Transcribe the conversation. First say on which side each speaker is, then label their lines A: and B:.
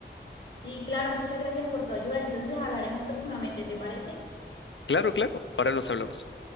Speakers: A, on the left; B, on the left.
A: Sí, claro, muchas gracias por tu ayuda. Entonces hablaremos próximamente, ¿te parece?
B: Claro, claro, ahora nos hablamos.